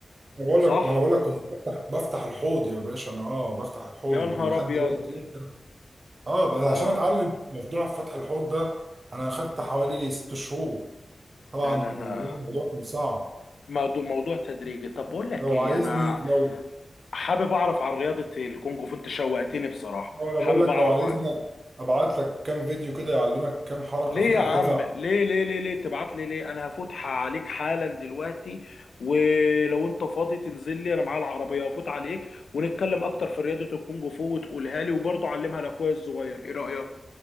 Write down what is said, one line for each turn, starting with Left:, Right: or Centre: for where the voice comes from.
Right: انا بقول
Left: صح
Right: لك ما انا بقول لك كنت بفتح بفتح الحوض يا باشا انا اه بفتح الحوض
Left: يا نهار
Right: ولحد
Left: ابيض
Right: دلوقتي ممكن اه بس
Left: اه
Right: عشان اتعلم موضوع فتح الحوض ده انا اخدت حوالي ست شهور طبعا
Left: لا لا ده
Right: وده الموضوع كان صعب
Left: موضوع موضوع تدريجي طب بقول لك
Right: لو
Left: ايه
Right: عايزني
Left: انا
Right: لو
Left: حابب اعرف عن رياضة الكونغ فو انت شوقتني بصراحة
Right: اه انا
Left: حابب
Right: بقول لك
Left: اعرف
Right: لو عايزني
Left: عنها
Right: ابعت لك كام فيديو كده يعلمك كام حركه
Left: ليه
Right: فيها
Left: يا عم
Right: هتدفع
Left: ليه ليه ليه ليه تبعت لي ليه انا هفوتها عليك حالا دلوقتي ولو انت فاضي تنزل لي انا معايا العربية وافوت عليك ونتكلم اكتر في رياضة الكونغ فو وتقولها لي وبرضه علمها لاخويا الصغير ايه رأيك